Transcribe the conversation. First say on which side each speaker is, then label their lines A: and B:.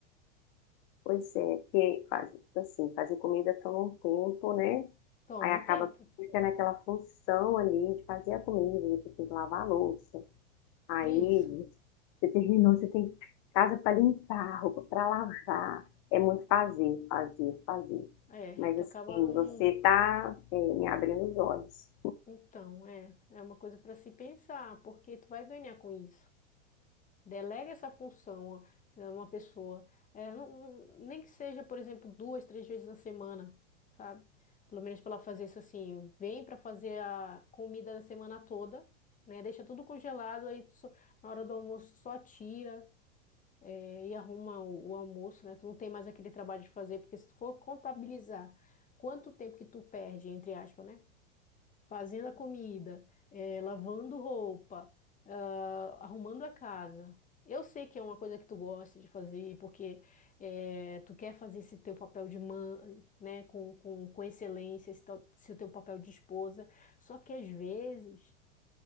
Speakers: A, on the left; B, on the left.
A: pois é, porque fazer, tipo assim, fazer comida toma um tempo, né?
B: Toma
A: Aí acaba
B: um tempo.
A: que fica naquela função ali de fazer a comida, depois tem que lavar a louça. Aí
B: Isso.
A: você terminou, você tem casa para limpar, roupa para lavar. É muito fazer, fazer, fazer.
B: É,
A: Mas
B: tu
A: assim,
B: acaba não.
A: você está me abrindo os olhos.
B: Então, é, é uma coisa para se pensar, porque tu vai ganhar com isso. Delega essa função a a uma pessoa. É, não, não- nem que seja, por exemplo, duas, três vezes na semana, sabe? Pelo menos para ela fazer isso assim, vem para fazer a comida da semana toda, né? Deixa tudo congelado, aí só- na hora do almoço só tira, é, e arruma o, o almoço, né? Tu não tem mais aquele trabalho de fazer, porque se tu for contabilizar quanto tempo que tu perde, entre aspas, né? fazendo a comida, eh, lavando roupa, ah, arrumando a casa. Eu sei que é uma coisa que tu gosta de fazer, porque eh, tu quer fazer esse teu papel de mãe, né, com, com, com excelência, esse, teu- esse teu papel de esposa. Só que às vezes